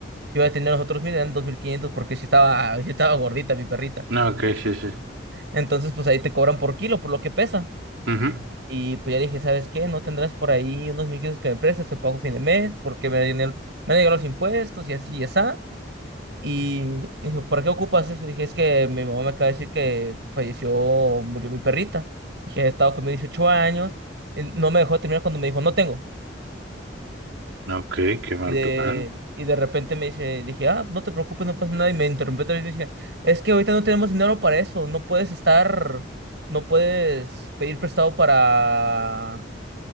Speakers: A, on the right (about 60°); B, on the right (about 80°).
A: Yo ya tenía los otros mil, eran dos mil quinientos, porque sí estaba, <laughs> sí estaba gordita mi perrita.
B: No, ok, sí, sí.
A: Entonces, pues ahí te cobran por kilo, por lo que pesa.
B: ujú.
A: Y pues ya dije, ¿sabes qué? ¿No tendrás por ahí unos mil quinientos que me prestes? Te pago fin de mes, porque me, han me han llegado los impuestos y así y así. Y me dijo, ¿para qué ocupas eso? Dije, es que mi mamá me acaba de decir que falleció, murió mi perrita. Dije, he estado conmigo 18 años. eh, No me dejó terminar cuando me dijo, no tengo.
B: Ok, qué
A: Y
B: mal
A: de,
B: plan.
A: y de repente me dice, dije, ah, no te preocupes, no pasa nada. Y me interrumpió otra vez y me dije, es que ahorita no tenemos dinero para eso, no puedes estar, no puedes pedir prestado para,